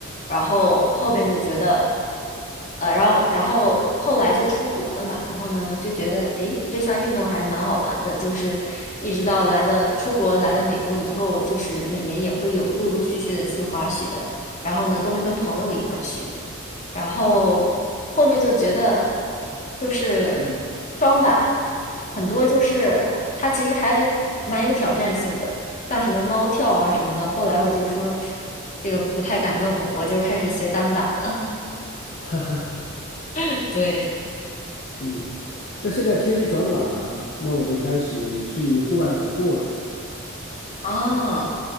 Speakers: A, on the left; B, on the left.
A: 然后后边就觉得，
B: 嗯
A: 呃，然后然后后来就出国了嘛，然后呢就觉得，诶，这项运动还蛮好玩的，就是一直到来了出国来了美国以后，就是每年也会有陆陆续续的去滑雪，然后呢都是跟朋友一块儿去。然后后面就觉得就是双板
B: 嗯，
A: 很多就是它其实还蛮有挑战性的，
B: 哦，
A: 像什么猫跳啊什么的。后来我就说这个不太敢弄，我就开始学单板了。
B: <laughs>
A: <laughs> 对，
B: 嗯，那现在天气转暖了，那我就开始去户外徒步了。
A: 啊，